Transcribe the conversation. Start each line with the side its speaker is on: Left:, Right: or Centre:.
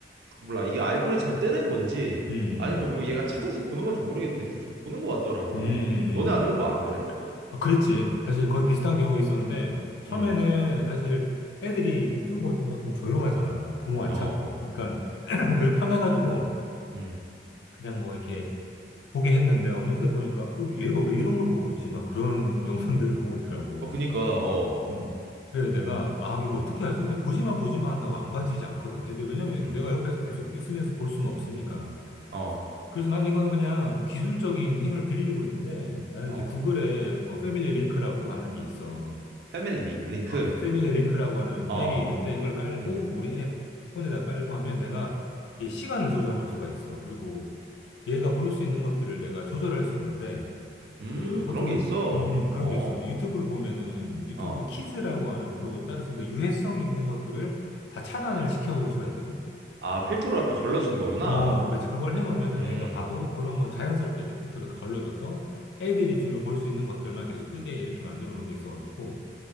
Right: 몰라 이게 알고리즘에 뜨는 건지
Left: 음,
Right: 아니면 뭐
Left: 음,
Right: 얘가 찾아서 보는 건지 모르겠는데 계속 좀 보는 것 같더라고.
Left: 음, 음. 음.
Right: 너네 아들은
Left: 음.
Right: 뭐 안 그래?
Left: 아, 그랬지. 사실 거의 비슷한 경우 있었는데, 처음에는
Right: 음,
Left: 사실 애들이 유튜브 볼 때만큼 조용하잖아. 부모 안
Right: 어,
Left: 찾고. 그러니까, <clears throat> 그게 편해가지고,
Right: 음,
Left: 그냥 뭐 이렇게 보게 했는데, 어느새 보니까, 어, 얘가 왜 이런 걸 보고 있지? 막 그런 <laughs> 영상들을 보고 있더라고.
Right: 어 그니까 어,
Left: 음. 그래서 내가, 아, 이거
Right: 어,
Left: 어떻게 하지? 그냥 보지만 보지만 한다고 안 봐지지 않거든. 애들, 왜냐면
Right: 음.
Left: 내가 옆에서 계속 있으면서 볼 수는 없으니까.
Right: 어,
Left: 그래서 난 이거는 그냥 좀 기술적인 힘을 빌리고 있는데 나는
Right: 어,
Left: 이제 구글에 여기 뭐 패밀리 링크라고 하는 게 있어.
Right: 패밀리 민- 링크,
Left: 아, 패밀리 링크라고 하는
Right: 어,
Left: 앱이 있는데 이걸 깔고
Right: 음,
Left: 우리 앱 폰에다 깔고 하면 내가 이 시간을 조정할 수가 있어. 그리고 얘가 볼 수 있는 것들을 내가 조절할 수 있는데
Right: 음,
Left: 그 보통
Right: 그런 게
Left: 유,
Right: 있어.
Left: 음, 음, 그런
Right: 어,
Left: 게 있어. 근데 유튜브를 보면은 유튜브
Right: 어,
Left: 키즈라고 하는 프로그램 따로 있으니까 유해성 있는 것들을 다 차단을 시켜 놓을 수가 있거든.
Right: 아, 필터로 약간 걸러주는 거구나.
Left: 어, 그렇지. 그걸 해놓으면은
Right: 음,
Left: 애가 봐도 그런 건 자연스럽게 이제 필터로 다 걸러져서 애들이 주로 볼 수 있는 것들만 계속 뜨게 이렇게 만들어 놓은 게 있어가지고